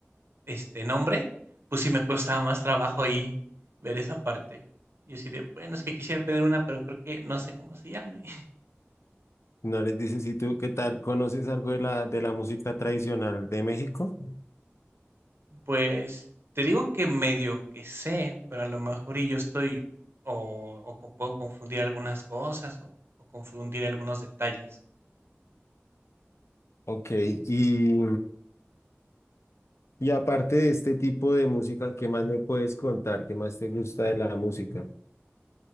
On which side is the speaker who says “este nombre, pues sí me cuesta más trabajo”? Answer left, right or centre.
Right